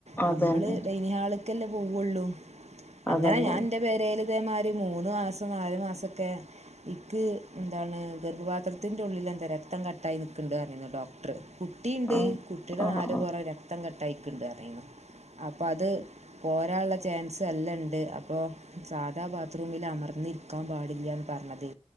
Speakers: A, on the right; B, on the left.
A: നമ്മള്ഡൈനിഹാളക്കല്ലേ
B: അതന്നെ
A: പോവുള്ളൂഅങ്ങനെഞാൻഇ
B: അതന്നെ
A: പെരേല്തേമാരി മൂന്ന്മാസം നാല്മാസൊക്കെ ഇക്ക് എന്താണ് ഗർഭപാത്രത്തിന്റെഉള്ളിലെന്താ രക്തംകട്ടായി നിക്ക്ണ്ട്ർഞ്ഞിനി ഡോക്ടർ കുട്ടീണ്ട്
B: ആഹ്
A: കുട്ടിടെ
B: ആഹ്
A: നാല്
B: ആഹ്
A: പൊറ രക്തംകട്ടായിക്ക്ണ്ട്ർഞ്ഞിനു അപ്പൊ അത് പോരാള്ള ചാൻസ് എല്ലണ്ട് അപ്പോ സാധാ ബാത്റൂമില് അമർന്നിരി ക്കാം പാടില്ല്യാന്ന് പർഞ്ഞത്